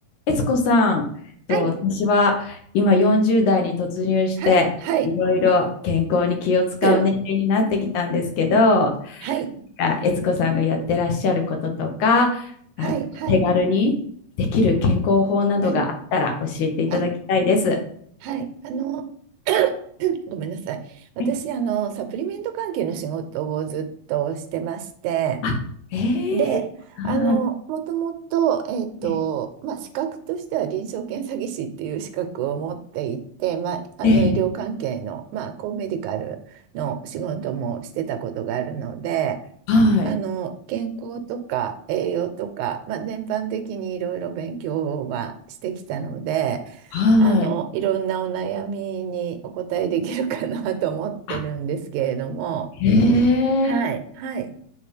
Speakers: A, on the left; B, on the right.
A: 悦子さん、と私は今40代に突入していろいろ健康に気を使う年齢になってきたんですけど、
B: はい、はい、はい。<clears throat> <coughs>
A: な
B: はい、
A: んか悦子さんがやってらっしゃることとか、あ手軽にできる健康法などがあったら教えていただきたいです。
B: はい、はい。<clears throat> <coughs> あ、はい。あの、<clears throat> <coughs> ごめんなさい。私、
A: はい
B: あの、サプリメント関係の仕事をずっとしてまして、
A: あ、えー、
B: で、あの、
A: は
B: もともと、えっと、
A: い、
B: まあ、資格としては臨床検査技師っていう資格を持っていて、まあ、あの、
A: えー
B: 医療関係の、まあ、コーメディカルの仕事もしてたことがあるので、
A: はい、
B: あの、健康とか栄養とか、まあ、全般的にいろいろ勉強はしてきたので、
A: はい、
B: あの、いろんなお悩みにお答えできるかな <laughs> と思ってるんですけれども、
A: あ、えー
B: はい、はい、